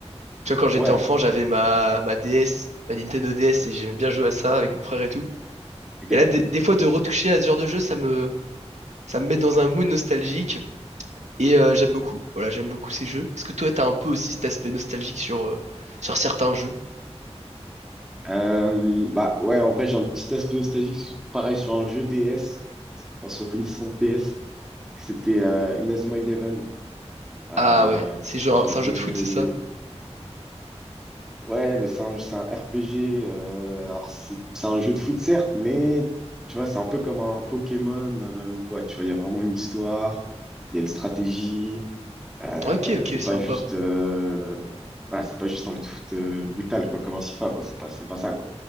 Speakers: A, on the right; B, in the centre.
A: Tu vois, quand j'étais
B: Ouais,
A: enfant, j'avais ma, ma DS, ma Nintendo DS, et j'aimais bien jouer à ça avec mon frère et tout.
B: ok.
A: Et là, des, des fois, de retoucher à ce genre de jeu, ça me, ça me met dans un mood nostalgique, et euh, j'aime beaucoup. Voilà, j'aime beaucoup ces jeux. Est-ce que toi, t'as un peu aussi cet aspect nostalgique sur, euh, sur certains jeux?
B: Euh, bah ouais, en vrai, j'ai un petit aspect nostalgique, pareil sur un jeu DS, enfin, sur une licence DS, que c'était euh, Inazuma Eleven. Euh,
A: Ah ouais, c'est genre
B: j'ai
A: c'est
B: joué.
A: un jeu de foot, c'est ça?
B: Ouais, mais c'est un, c'est un RPG. euh, alors, c'est c'est un jeu de foot, certes, mais tu vois, c'est un peu comme un Pokémon. euh, ouais, tu vois, il y a vraiment une histoire, il y a une stratégie. Euh,
A: Ok, ok,
B: c'est
A: sympa.
B: pas juste. euh, voilà, c'est pas juste un jeu de foot euh, brutal, quoi, comme un FIFA, quoi. C'est pas, c'est pas ça, quoi.